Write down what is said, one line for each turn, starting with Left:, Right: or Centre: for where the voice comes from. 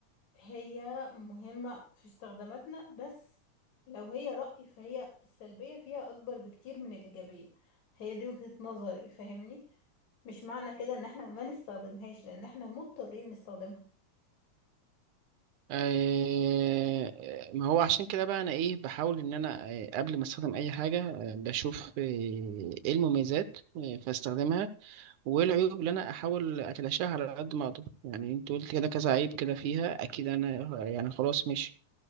Left: هي مهمة في استخداماتنا بس لو هي رأي فهي السلبية فيها أكبر بكتير من الإيجابية هي دي وجهة نظري فاهمني مش معنى كده ان احنا ما نستخدمهاش لان احنا مضطرين نستخدمها
Right: آه، ما هو عشان كده بقى انا ايه بحاول ان انا آه، قبل ما استخدم اي حاجة آه، بشوف آه، ايه المميزات آه، فاستخدمها وايه العيوب اللي انا احاول اتلاشاها على قد ما اقدر يعني انت قلت كده كذا عيب كده فيها اكيد انا يعني خلاص مش